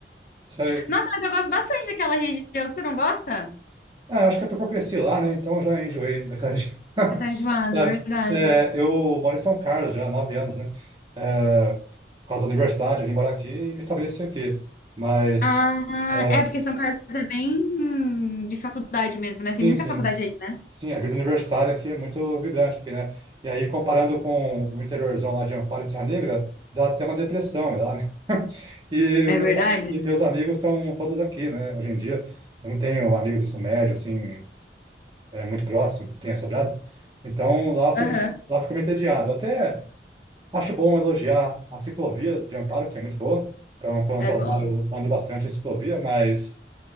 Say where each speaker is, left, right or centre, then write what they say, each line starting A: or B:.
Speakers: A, on the right; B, on the left.
A: <laughs>
B: nossa, mas eu gosto bastante daquela região. Você não gosta?
A: Ah, acho que é porque eu cresci lá, né? Então eu já enjoei daquela região. <laughs>
B: Você tá enjoado,
A: Sabe?
B: é verdade.
A: É, eu moro em São Carlos já há nove anos, né? É, por causa da universidade, eu vim morar aqui e me estabeleci aqui. Mas,
B: Ah,
A: é,
B: é porque São Carlos é bem de faculdade mesmo, né? Tem
A: sim,
B: muita
A: sim.
B: faculdade aí, né?
A: Sim, a vida universitária aqui é muito vibrante aqui, né? E aí, comparando com o interiorzão lá de Amparo e Serra Negra, dá até uma depressão lá, né? <laughs> E
B: É
A: meus,
B: verdade?
A: e meus amigos estão todos aqui, né? Hoje em dia, não tenho amigos do ensino médio, assim, é muito próximo, tenha sobrado. Então lá eu fico,
B: Aham.
A: lá eu fico meio entediado. Eu Até acho bom elogiar a ciclovia de Amparo, que é muito boa. Então, quando
B: É
A: eu tô
B: boa.
A: lá, eu ando bastante em ciclovia, mas.